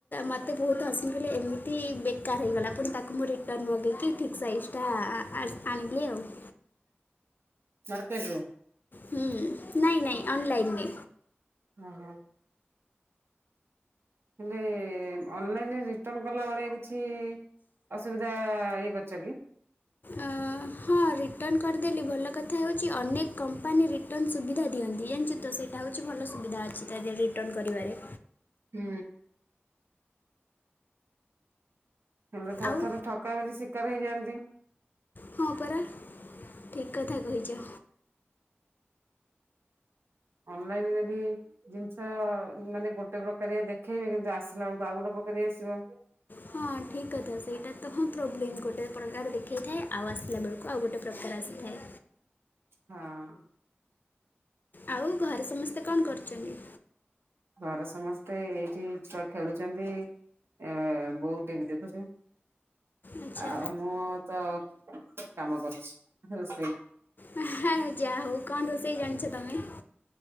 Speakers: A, on the left; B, on the right.
A: ମୋତେ ବହୁତ୍ ହସିଲେ ଏମିତି ବେକାର ହେଇଗଲା ପୁଣି ତାକୁ ମୁଁ ରିଟର୍ନ ବଗେଇକି ଠିକ୍ ସାଇଜି ଟା ଆଣି ଆଣିଲିି ଆଉ -
B: ମାର୍କେଟରୁ।
A: ହୁଁ ନାଇଁ ନାଇଁ ଅନଲାଇନରେ
B: ହଁ ହଁ ହେଲେ ଅନଲାଇନ ରେ ରିଟର୍ନ କଲା ବଳେ କିଛି ଅସୁବିଧା ଇଏ କରିଛ କି?
A: ଆ ହଁ ରିଟର୍ନ କରିଦେଲି ଭଲ କଥା ହେଉଛି ଅନେକ କମ୍ପାନୀ ରିଟର୍ନ ସୁବିଧା ଦିଅନ୍ତି। ଜାଣିଛ ତ ସେଇଟା ହେଉଛି ଭଲ ସୁବିଧା ଅଛି ତା ଦେହରେ ରିଟର୍ନ କରିବାରେ।
B: ହୁଁ। ହେଲେ ଥରେ
A: ଆଉ
B: ଥରେ ଠକାମିର ଶିକାର ହେଇଯାଆନ୍ତି।
A: ହଁ ପରା ଠିକ୍ କଥା କହିଛ।
B: ଅନଲାଇନରେ ବି ଜିନିଷ ମାନେ ଗୋଟେ ପ୍ରକାର ଦେଖେଇବେ କିନ୍ତୁ ଆସିଲା ବେଳକୁ ଆଉ ଗୋଟେ ପ୍ର ପ୍ରକାର ଆସିବ।
A: ହଁ ଠିକ୍ କଥା ସେଇଟା ତ ହଁ ପ୍ରୋବ୍ଲେମ୍ ଗୋଟେ ପ୍ରକାର ଦେଖେଇଥାଏ ଆଉ ଆସିଲା ବେଳକୁ ଆଉ ଗୋଟେ ପ୍ରକାର ଆସିଥାଏ।
B: ହଁ
A: ଆଉ ଘରେ ସମସ୍ତେ କଣ କରୁଛନ୍ତି?
B: ଘର ସମସ୍ତେ ଏଇଠି ଛୁଆ ଖେଳୁଛନ୍ତି। ଆଁ ବୋଉ ଟିଭି ଦେଖୁଛି।
A: ଆଚ୍ଛା
B: ଆଉ ମୁଁ ତ କାମ କରୁଛି ରୋଷେଇ।
A: <unintelligible> ଯାହା ହଉ କଣ ରୋଷେଇ ଜାଣିଛ ତମେ?